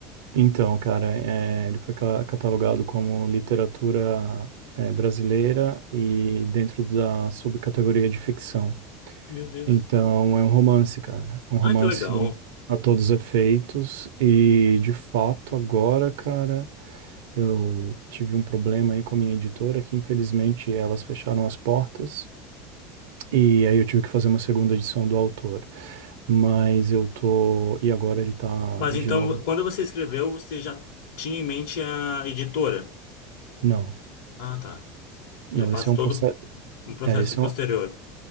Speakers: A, on the right; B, on the left.
A: então, cara, é, ele foi ca- catalogado como literatura é, brasileira e dentro da subcategoria de ficção.
B: Meu Deus.
A: Então, é um romance, cara. É um romance
B: Ai, que legal.
A: a todos os efeitos. E, de fato, agora, cara, eu tive um problema aí com a minha editora, que infelizmente elas fecharam as portas. E aí eu tive que fazer uma segunda edição do autor. Mas eu tô. E agora ele tá
B: Mas
A: de
B: então,
A: novo.
B: quando você escreveu, você já tinha em mente a editora?
A: Não,
B: Ah, tá.
A: não,
B: Ele passa
A: esse é um
B: todo
A: processo.
B: Um processo
A: É, esse
B: posterior.
A: é um.